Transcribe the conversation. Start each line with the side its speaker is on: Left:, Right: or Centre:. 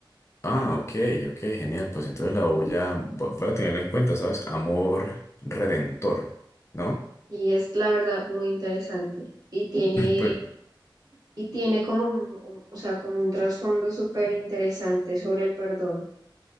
Left: Ah, ok, ok, genial. Pues entonces la voy a, vo- voy a tenerla en cuenta, ¿sabes? Amor redentor, ¿no? <clears throat>
Right: y es la verdad muy interesante y tiene
Left: Pues,
Right: y tiene como un, un- o sea, como un trasfondo súper interesante sobre el perdón.